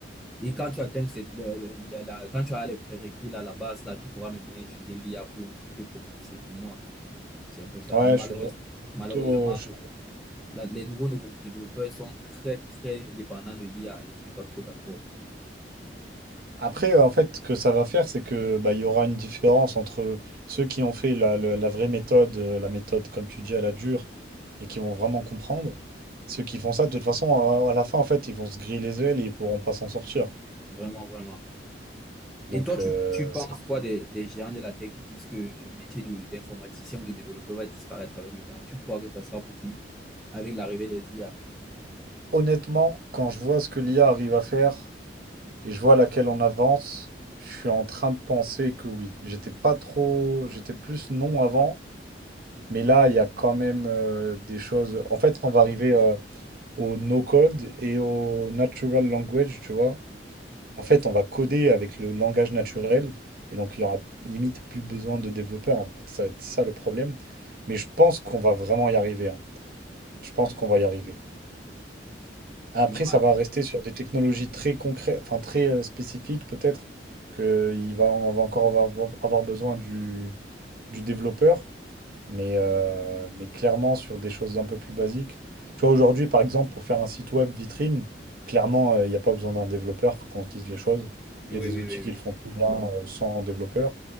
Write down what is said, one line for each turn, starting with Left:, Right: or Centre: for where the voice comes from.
Centre: Et quand tu atteins cette, le- le- la, la- quand tu as les prérequis à la base, là, tu pourras maintenant utiliser l'IA pour, pour te propulser. Pour moi, c'est un peu ça.
Right: Ouais,
Centre: Mais malheureusement,
Right: je suis
Centre: malheureusement,
Right: plutôt. je
Centre: la- la- les nouveaux, nouveaux développeurs sont très, très dépendants de l'IA et je suis pas trop d'accord.
Right: Après, euh, en fait, ce que ça va faire, c'est que bah, il y aura une différence entre ceux qui ont fait la, la- la vraie méthode, euh, la méthode, comme tu dis, à la dure, et qui vont vraiment comprendre. Ceux qui font ça, de toute façon, à, à la fin, en fait, ils vont se griller les ailes et ils pourront pas s'en sortir.
Centre: Vraiment, vraiment.
Right: Donc,
Centre: Et toi, tu,
Right: euh,
Centre: tu penses
Right: c'est-
Centre: quoi des, des géants de la tech qui disent que le métier de- d'informaticien ou de développeur va disparaître avec le temps? Tu crois que ça sera possible avec l'arrivée des IA?
Right: honnêtement, quand je vois ce que l'IA arrive à faire, et je vois laquelle on avance, je suis en train de penser que oui. J'étais pas trop, j'étais plus non avant, mais là, il y a quand même euh, des choses. En fait, on va arriver euh, au no-code et au natural language, tu vois. En fait, on va coder avec le langage naturel, et donc il y aura limite plus besoin de développeurs. En fait, ça va être ça le problème. Mais je pense qu'on va vraiment y arriver. hein. Je pense qu'on va y arriver. Après,
Centre: Moi,
Right: ça va rester sur des technologies très concrètes, enfin très euh, spécifiques, peut-être que il va, on va encore avoir, avoir besoin du, du développeur, mais, euh, mais clairement sur des choses un peu plus basiques. Tu vois, aujourd'hui, par exemple, pour faire un site web vitrine, clairement, euh, il n'y a pas besoin d'un développeur, faut qu'on se dise les choses.
Centre: oui,
Right: Il y a des
Centre: oui,
Right: outils
Centre: oui,
Right: qui
Centre: oui.
Right: le font très bien euh, sans développeur.